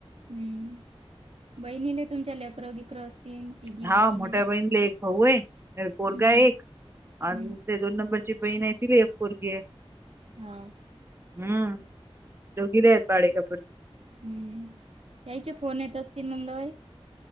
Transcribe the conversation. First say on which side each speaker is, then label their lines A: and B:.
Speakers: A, on the right (about 75°); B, on the right (about 25°).
A: हम्म... बहिणीले तुमच्या लेकरे बिक्र असतील तिघी
B: हा
A: बहिणीले....
B: मोठ्या बहिणीला एक भाऊ आहे अ, पोरगा
A: हम्म
B: एक आणि
A: हम्म
B: ते दोन नंबरची बहीण आहे ति एक पोरगी.....
A: हा...
B: हम्म दोघिर आहेत बाळी कपुरी....
A: हम्म. यायचे फोन येत असतील मंगडवई...